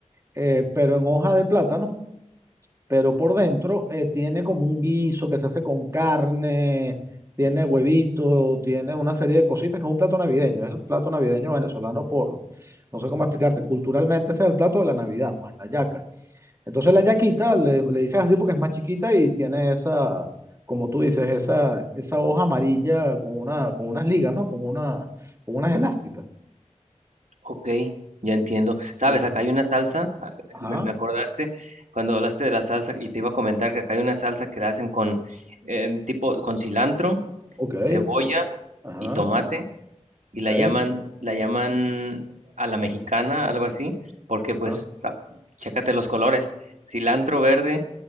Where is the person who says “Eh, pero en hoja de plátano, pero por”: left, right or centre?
Right